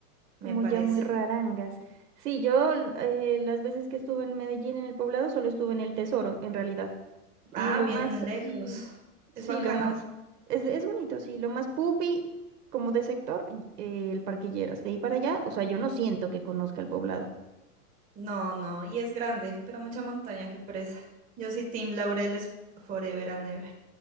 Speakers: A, on the right; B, on the right.
A: me
B: como
A: parece.
B: ya muy rarangas. Sí, yo l- eh, las veces que estuve en Medellín, en el poblado, solo estuve en el Tesoro, en realidad. Y
A: Ah,
B: lo
A: bien
B: más así,
A: lejos. Es
B: sí,
A: bacano.
B: lo más, es, es bonito, sí, lo más pupi como de sector, y- eh, el Parquilleras. De ahí para allá, o sea, yo no siento que conozca el poblado.
A: No, no, y es grande, pero mucha montaña, qué pereza. Yo sí, Team Laureles forever and ever.